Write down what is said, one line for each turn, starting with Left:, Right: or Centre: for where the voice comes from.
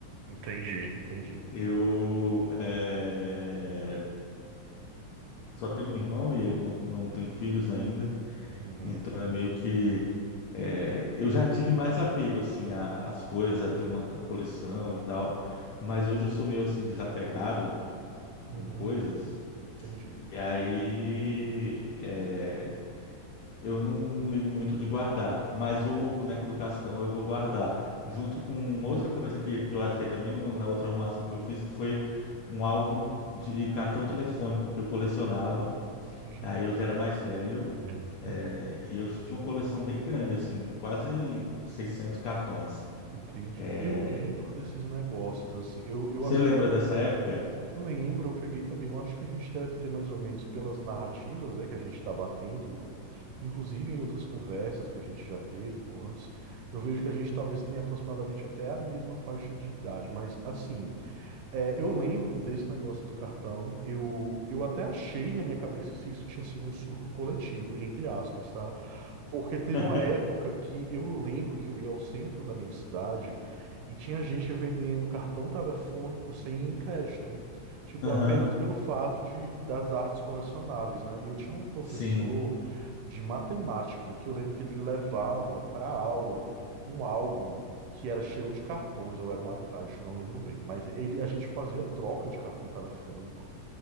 Right: Entendi, entendi.
Left: Eu eh, só tenho um irmão e ele não, não tem filhos ainda,
Right: Uhum,
Left: então é meio que eh, eu já tive mais apego assim a- às coisas, a ter uma a coleção e tal, mas hoje eu sou meio assim desapegado
Right: uhum,
Left: com coisas.
Right: entendi.
Left: E aí eh, Eu não, não ligo muito de guardar, mas o
Right: Uhum.
Left: boneco do Cascão eu vou guardar, junto com outra coisa que, que eu achei também no- na outra arrumação que eu fiz, que foi um álbum de cartão telefônico que eu colecionava.
Right: Gente.
Left: Aí eu já era mais velho,
Right: <laughs>
Left: é, e eu tinha uma coleção bem grande, assim, quase 600 cartões.
Right: Entendi.
Left: É,
Right: Eu lembro desses negócios, assim. Eu, eu
Left: você
Right: assim.
Left: lembra dessa época?
Right: Lembro, eu peguei também. Eu acho que a gente deve ter mais ou menos pelas narrativas, né, que a gente está batendo, inclusive em outras conversas que a gente já teve pô, antes, eu vejo que a gente talvez tenha aproximadamente até a mesma faixa de idade. Mas assim, é, eu lembro desse negócio do cartão. Eu, eu até achei na minha cabeça se isso tinha sido um surto coletivo, entre aspas, tá? Porque teve
Left: <laughs>
Right: uma época que eu lembro que eu ia ao centro da minha cidade e tinha gente vendendo cartão telefônico sem crédito. Tipo,
Left: Aham,
Right: apenas pelo fato de, das artes colecionáveis, né? E eu tinha um professor
Left: sim,
Right: de matemática que eu lembro que ele levava para aula um álbum que era cheio de cartões, ou era uma caixa, eu não lembro bem. Mas ele, a gente fazia troca de cartão telefônico.